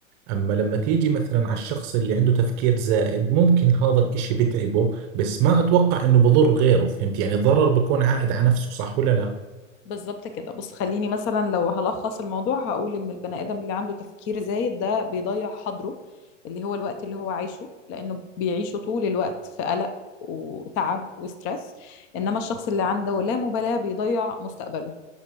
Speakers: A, on the right; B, on the left.
A: أما لما تيجي مثلا على الشخص اللي عنده تفكير زائد ممكن هذا الإشي بتعبه بس ما أتوقع إنه بضر غيره فهمت يعني الضرر بيكون عائد على نفسه صح ولا لا؟
B: بالظبط كده بص خليني مثلا لو هلخص الموضوع هقول ان البني ادم اللي عنده تفكير زايد ده بيضيع حاضره اللي هو الوقت اللي هو عايشه لانه بيعيشه طول الوقت في قلق وتعب وسترess انما الشخص اللي عنده لا مبالاة بيضيع مستقبله